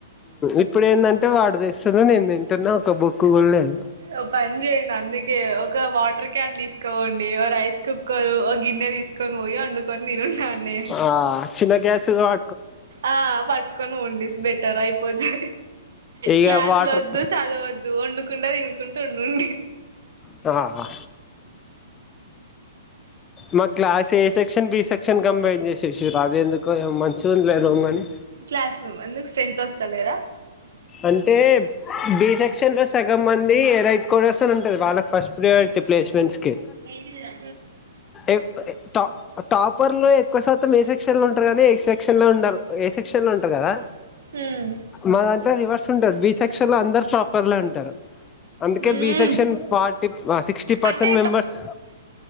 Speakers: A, on the left; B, on the right.
A: ఇప్పుడు ఏందంటే వాడు తెస్తుండు నేను తింటున్న ఒక బుక్ కూడ లేదు
B: ఒక పని చేయండి అందుకే ఒక వాటర్ క్యాన్ తీసుకపోండి ఓ రైస్ కుక్కర్ ఓ గిన్నె తీసు కొని పోయి వండుకొని తినుండి ఆడ్నే
A: ఆ చిన్న గ్యాసు కాబ
B: ఆ పట్టుకొని పోండి బెటర్ అయిపోతది
A: ఇక
B: క్లాస్లొద్దు
A: వాటర్
B: చదవద్దు వండుకుంట తినుకుంట ఉండండి
A: ఆ మా class A section B section combined చేషేషిర్రు అది ఎందుకో ఏమో మంచిగుందిలే రూమ్ కానీ
B: క్లాస్ రూమ్ ఎందుకు స్ట్రెంత్ ఒస్తలేరా
A: అంటే బి సెక్షన్ లో సగం మంది రైట్ కోడర్స్ అని ఉంటది వాళ్ళకి ఫస్ట్ ప్రియారిటి ప్లేస్మెంట్స్కి
B: ఏంటిది రా
A: ఎప్పుడే ట టాపర్ లో ఎక్కువ శాతం ఏ సెక్షన్ లో ఉంటరు కనీ ఏ సెక్షన్ లో ఉండాల ఏ సెక్షన్ లో ఉంటరు కదా
B: ఉం
A: మా దాంట్లో రివర్స్ ఉంటది బి సెక్షన్ లో అందరు టాపర్లే ఉంటరు అందుకే
B: హ్మ్
A: బి సెక్షన్ ఫార్టీ సిక్స్టీ పర్సెంట్
B: అంటే
A: మెంబర్స్